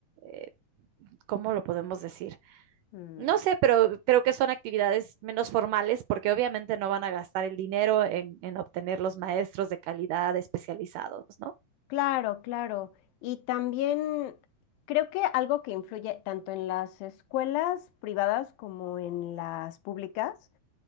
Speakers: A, on the right; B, on the left.
A: eh, ¿cómo lo podemos decir?
B: Mm.
A: No sé, pero creo que son actividades menos formales porque obviamente no van a gastar el dinero en, en obtener los maestros de calidad especializados, ¿no?
B: Claro, claro. Y también creo que algo que influye tanto en las escuelas privadas como en las públicas